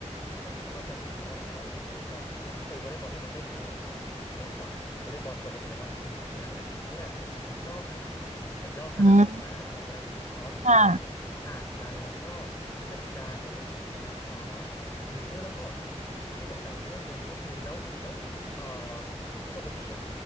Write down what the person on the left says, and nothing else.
ตอนแรกพี่ก็เข้าใจผิดมาตลอดว่าไอ้วอลเลย์บอลใช้ไอ้วอลเลย์บอลที่มันเล่นแถวแถวทรายหรือเนี่ยกับวอลเลย์บอลปกติมันคือเหมือนกันแต่เพียงแค่เหมือนย่อขนาดอะเหมือนย่อขนาดลงมาอะไรตอนแรกพี่คิดอย่างนี้อ๋อจริงๆมันต่างกันแล้วก็
กติกาก็ไม่เหมือนกันอ๋อโอเคเออแล้วก็พี่สงสัยอีกเรื่องหนึ่งก็คือแล้วแล้วเอ่อปกติอะ